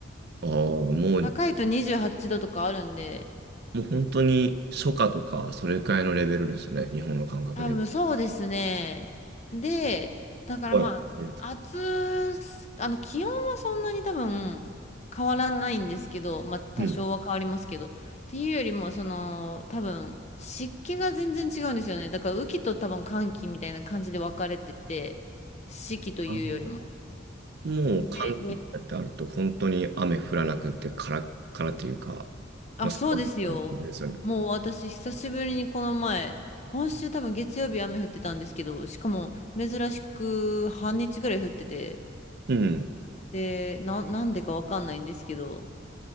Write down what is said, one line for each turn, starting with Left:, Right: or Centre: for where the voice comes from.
Right: ああ、もう、
Left: 高いと28度とかあるんで、
Right: もう本当に初夏とか、それくらいのレベルですね、日本の感覚で。
Left: 多分そうですね。で、だからまあ、
Right: はい。うん。
Left: 暑す、あの、気温はそんなに多分変わらないんですけど、まあ多少は変わりますけど。
Right: うん
Left: っていうよりも、その、多分湿気が全然違うんですよね。だから雨季と多分乾季みたいな感じで分かれてて、四季というよりも。
Right: ああもう寒気だってあると、
Left: で、
Right: 本当に雨降らなくて、カラッカラっていうか、
Left: あ、
Right: まあ、そうですよね。
Left: そうですよ。もう私、久しぶりにこの前、今週多分月曜日雨降ってたんですけど、しかも珍しく半日ぐらい降ってて、
Right: うん。
Left: で、な、なんでかわかんないんですけど。